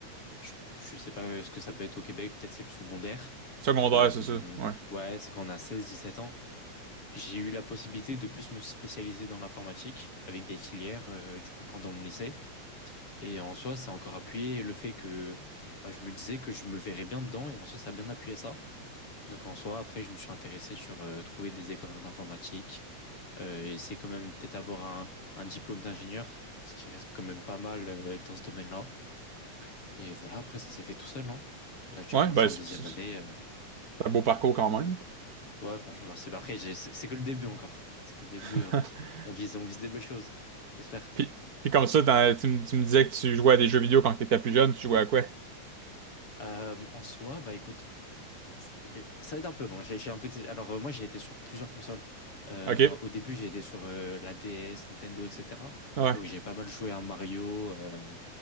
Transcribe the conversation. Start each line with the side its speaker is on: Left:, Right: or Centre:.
Left: je, je sais pas ce que ça peut être au Québec, peut-être c'est le secondaire.
Right: Secondaire,
Left: Euh,
Right: c'est ça. Ouais.
Left: ouais, c'est quand on a seize dix-sept ans. J'ai eu la possibilité de plus me spécialiser dans l'informatique avec des filières, euh, du coup, pendant mon lycée. Et en soi, ça a encore appuyé le fait que bah, je me disais que je me verrais bien dedans. Et en soi, ça a bien appuyé ça. Donc en soi, après, je me suis intéressé sur euh, trouver des écoles en informatique. Euh, et c'est quand même peut-être avoir un, un diplôme d'ingénieur, ce qui reste quand même pas mal euh, dans ce domaine-là. Et voilà, après, ça s'est fait tout seul, non? Là, actuellement,
Right: Ouais, ben,
Left: je suis en
Right: c'est
Left: deuxième
Right: c'est-
Left: année.
Right: c'est
Left: euh,
Right: un beau parcours quand
Left: voilà.
Right: même.
Left: Ouais, franchement, merci. Bah, Après, j'ai- c'est c'est que le début encore. C'est que le
Right: <laughs>
Left: début, hein. on, on vise, on vise des belles choses. J'espère.
Right: Puis, puis comme ça, t'en- tu, me tu me disais que tu jouais à des jeux vidéo quand t'étais plus jeune, tu jouais
Left: Ouais.
Right: à quoi?
Left: Euh, en soi, bah écoute, ça ça va être un peu long. J'ai j'ai un peu été- Alors, euh, moi, j'ai été sur plusieurs consoles. Euh,
Right: OK.
Left: au début, j'ai été sur euh, la DS, Nintendo, etc.
Right: Ouais.
Left: Donc, j'ai pas mal joué à Mario, euh,